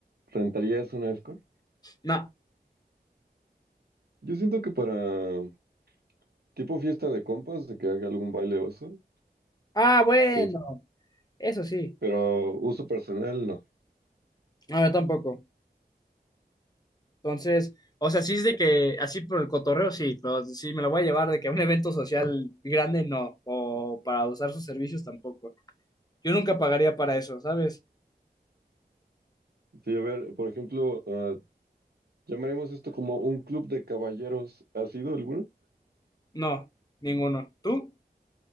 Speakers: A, on the right; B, on the left.
A: ¿rentarías una escort?
B: no.
A: Yo siento que para tipo fiesta de compas, de que haga algún baile oso,
B: Ah, bueno,
A: sí,
B: eso sí.
A: pero uso personal no.
B: No, yo tampoco. Entonces, o sea, sí es de que así por el cotorreo, sí, pero si me lo voy a llevar de que a un evento social grande, no, o para usar sus servicios tampoco. Yo nunca pagaría para eso, ¿sabes?
A: Sí, a ver, por ejemplo, ah, llamaremos esto como un club de caballeros, ¿ha sido alguno?
B: No, ninguno. ¿Tú?